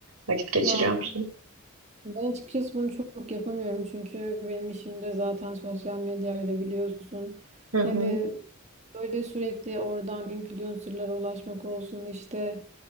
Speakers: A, on the right; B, on the right.
A: vakit geçiriyor
B: Ya
A: musun?
B: ben açıkçası bunu çok yapamıyorum çünkü benim işim de zaten sosyal medyayla biliyorsun.
A: Hı hı.
B: Hani Böyle sürekli oradan influencerlara ulaşmak olsun işte